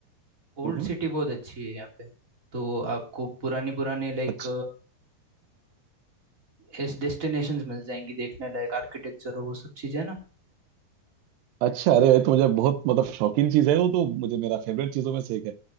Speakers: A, on the right (about 20°); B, on the right (about 80°).
A: ओल्ड
B: हम्म
A: सिटी बहुत अच्छी है यहाँ पे तो आपको पुरानी पुरानी लाइक
B: अच्छा
A: इस डेस्टिनेशंस मिल जाएंगी देखने लायक आर्किटेक्चर और वो सब चीज़ें ना
B: अच्छा अरे ये तो मुझे बहुत मतलब शौकीन चीज है वो तो मुझे मेरा फेवरेट चीजों में से एक है